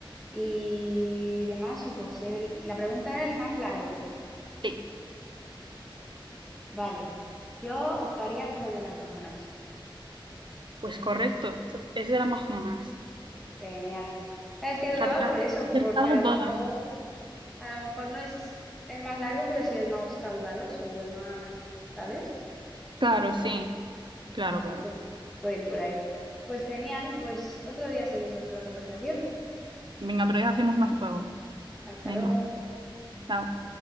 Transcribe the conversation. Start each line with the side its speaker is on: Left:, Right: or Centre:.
Centre: y demás o por ser el... La pregunta era el más largo.
Right: Sí,
Centre: Vale, yo optaría por el Amazonas.
Right: pues correcto. Es el Amazonas.
Centre: Genial. Es que
Right: Fíjate,
Centre: dudaba por
Right: has
Centre: eso, porque
Right: acertado
Centre: a lo
Right: todas.
Centre: mejor, a lo mejor no es el más largo, pero sí el más caudaloso o el más, ¿sabes?
Right: Claro, sí. Claro, claro.
Centre: A veces puede ir por ahí. Pues genial, pues otro día seguimos con la conversación.
Right: Venga, otro día hacemos más juegos.
Centre: Hasta
Right: Venga,
Centre: luego.
Right: chao.